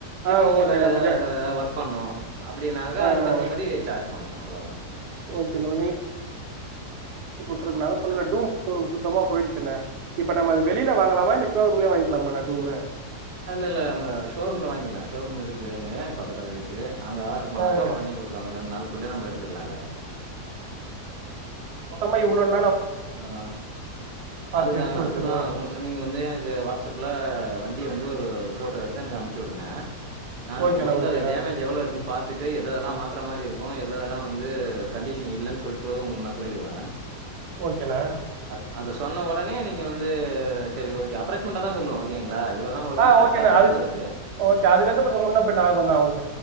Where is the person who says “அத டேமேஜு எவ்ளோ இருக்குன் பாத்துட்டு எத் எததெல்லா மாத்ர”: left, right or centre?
Right